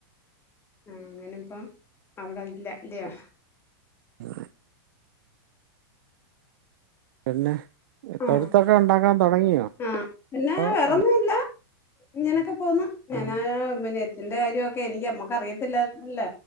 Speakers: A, on the left; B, on the right.
A: ആ അങ്ങന ഇപ്പം അവിടെ ഇല്ല അല്ലയോ
B: ആ പിന്നെ
A: ആ
B: തൊഴത്തൊക്കെ ഉണ്ടാക്കാൻ തുടങ്ങിയോ
A: ആ പിന്നെ
B: അ
A: വേറൊന്നുല്ല ഇങ്ങനൊക്കെ പോന്ന ഞാനാെറ്റിന്റെ കാര്യമൊക്കെ എനിക്ക് അമ്മക്ക് അറിയത്തില്ലല്ല